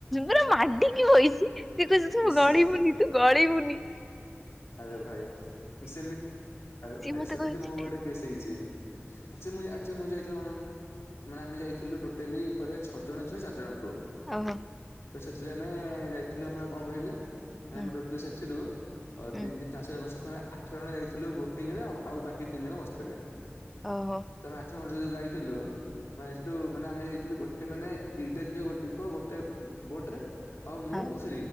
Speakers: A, in the centre; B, on the left.
A: ପୁରା ମାଡିିକି ବଇଚି। ସିଏ କହୁଛି ତୁ
B: ଇଶାରା
A: ଗଳିିବୁନି ତୁ ଗଳିିବୁନି।
B: ଆରେ ଭାଇ ସେମିତି ଆରେ
A: ସିଏ
B: ଭାଇ
A: ମତେ
B: ସେମିତି
A: କହୁଛି
B: ମୋ ବଟେ କେସ୍ ହେଇଛି ଆ ମୁଁ ଯାଇଥିଲ ଆମେ ଯାଇଥିଲୁ ଟେଲି ଉପରେ ଛଅ ଜଣ ଝିଅ ଚାରି ଜଣ ପୁଅ
A: ଓହୋ
B: ତ ସେଥିରେ ଆମେ ଯାଇଥିଲୁ ଆମର କଣ କହିଲେ ଆରେ
A: ହୁଁ
B: ଆମେ ଟୋଟଲ ସେଛରୁୁ <unintelligible> ଆଠ
A: ହୁଁ
B: ଜଣ ଯାଇଥିଲୁ ବୋଟିଂ ରେ ଆ ଆଉ ବାକି ତିନି ଜଣ ବସିଥିଲେ
A: ଓ ହୋ
B: ତମେ ଆଠ ଜଣ ଯାଇଥିଲୁ ଥିଲୁ ମାନେ ଆମେ ଯାଇଥିଲୁ ଥିଲ ଗୋଟେ ମାନେ ଦିଟା ଝିଅ ଗୋଟେ ପୁଅ ଗୋଟେ ବୋଟ ରେ ଆଉ ମୁଁ
A: ହଁ
B: ସେ